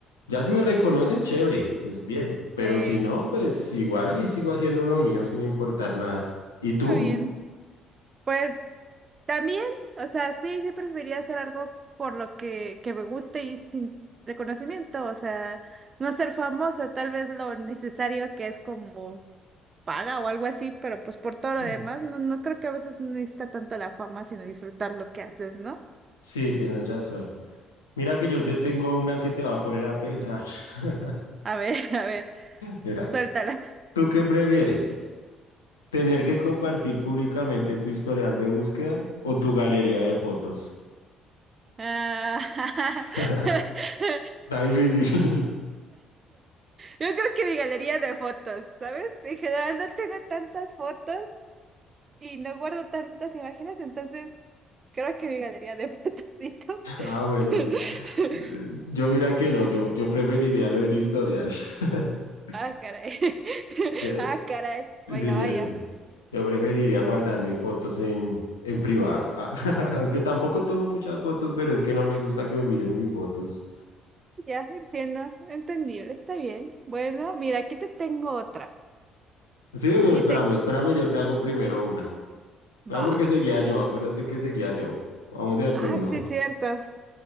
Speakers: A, on the left; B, on the right.
A: Ya si me reconocen, chévere, pues bien. Pero
B: Sí,
A: si no, pues igual ahí sigo haciendo lo mío sin importar nada. ¿Y tú?
B: está bien.
A: Mm.
B: Pues También, o sea, sí, sí preferiría hacer algo por lo que, que me guste y sin reconocimiento, o sea, no ser famoso, tal vez lo necesario que es como paga o algo así, pero pues por todo
A: Sí,
B: lo demás, no, no creo que a veces no necesita tanto la fama, sino disfrutar lo que haces, ¿no?
A: sí, tienes razón. Mira que yo te tengo una que te va a poner a pensar. <laughs>
B: A ver, <laughs> a ver,
A: Mira,
B: suéltala.
A: ¿tú qué prefieres? ¿Tener que compartir públicamente tu historial de búsqueda o tu galería de fotos?
B: Ah,
A: <laughs>
B: <laughs>
A: Está difícil. <laughs>
B: Yo creo que mi galería de fotos, ¿sabes? En general no tengo tantas fotos y no guardo tantas imágenes, entonces... Creo que me ganaría de patacito.
A: Ah, bueno,
B: <laughs>
A: sí. Eh, Yo mira que no, yo, yo preferiría lo del historial. <laughs>
B: Ah, caray. <laughs>
A: Yo-
B: Ah, caray.
A: sí,
B: Vaya,
A: yo,
B: vaya.
A: yo preferiría guardar mis fotos en, en privado. Ah, <laughs> aunque tampoco tomo muchas fotos, pero es que no me gusta que me miren mis fotos.
B: Ya entiendo. Entendible. Está bien. Bueno, mira, aquí te tengo otra.
A: Sí, pero
B: Dice,
A: espérame, espérame, yo te hago primero una.
B: va.
A: No, porque seguía yo, acuérdate que seguía yo. Vamos de a
B: Ah,
A: turno.
B: sí, cierto.